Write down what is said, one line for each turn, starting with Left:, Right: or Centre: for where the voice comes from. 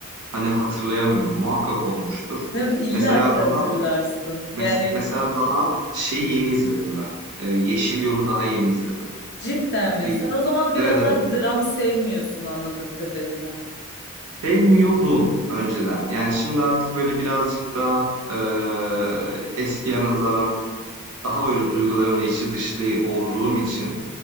Right: hani hatırlayamıyorum. Muhakkak olmuştur.
Left: Değil mi? İlla
Right: Mesela
Left: ki
Right: daha
Left: hatırlarsın.
Right: mes-
Left: Yani
Right: mesela daha şey yeni izledim ben. Ee, Yeşil Yol'u daha yeni izledim.
Left: cidden mi?
Right: Bir
Left: Sen o zaman biraz
Right: evet evet.
Left: daha dram sevmiyorsun anladığım kadarıyla.
Right: Sevmiyordum önceden. Yani şimdi artık böyle birazcık daha eee, eskiye nazaran daha böyle duygularımla içi dışlı olduğum için